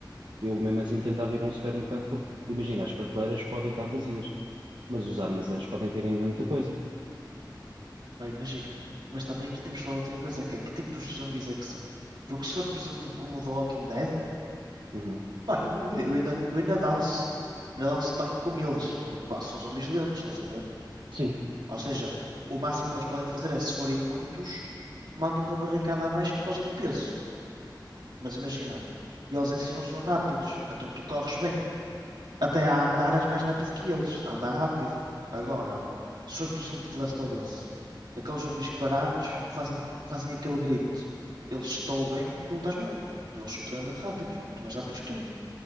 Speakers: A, on the right; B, on the right.
A: eu mesmo assim tentava ir a um supermercado porque, imagina, as prateleiras podem estar vazias, mas os armazéns podem ter ainda muita coisa.
B: Pá, imagina. Mas também aqui temos que falar de outra coisa, que é que tipos de zombies é que são? Porque se for, por exemplo, como o The Walking Dead,
A: Uhum.
B: pá, eu, eu ainda, eu ainda danço. Ainda danço tanto com eles. Porque, pá, são zombies lentos, estás a ver?
A: Sim,
B: Ou seja, o máximo que eles podem fazer é, se forem muitos, mandam a barricada abaixo por causa do peso. Mas imagina, eles em si não são rápidos, então tu corres bem. Até a andar és mais rápido que eles. Anda rápido. Agora, se for por exemplo de Last of Us, aqueles zumbis parados que fazem, fazem aquele grito. Eles estão bem, tu estás morto. porque Eles são extremamente rápidos, muito mais rápidos que tu.